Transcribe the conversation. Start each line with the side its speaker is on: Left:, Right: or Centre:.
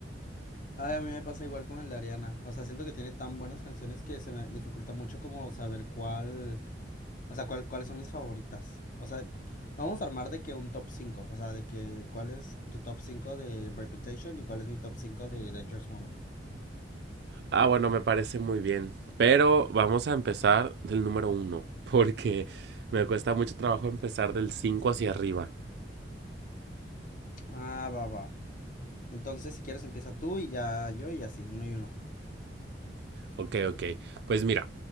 Left: Ay, a mí me pasa igual con el de Ariana. O sea, siento que tiene tan buenas canciones que se me dificulta mucho como saber cuál, o sea, cuál, cuáles son mis favoritas. O sea, vamos a armar de que un top cinco o sea, de que cuál es tu top 5 de Reputation y cuál es mi top 5 de Dangerous Woman.
Right: Ah, bueno, me parece muy bien. Pero vamos a empezar del número uno <laughs> porque me cuesta mucho trabajo empezar del 5 hacia arriba.
Left: Ah, va, va. Entonces, si quieres, empieza tú y ya yo y así, uno y uno.
Right: Ok, ok. Pues mira,